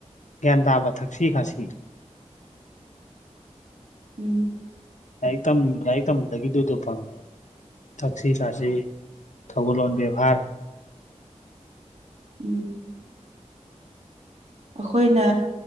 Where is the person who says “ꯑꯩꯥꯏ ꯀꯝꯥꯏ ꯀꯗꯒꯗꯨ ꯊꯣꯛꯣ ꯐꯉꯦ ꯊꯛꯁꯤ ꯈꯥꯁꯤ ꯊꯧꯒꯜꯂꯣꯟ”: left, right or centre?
Left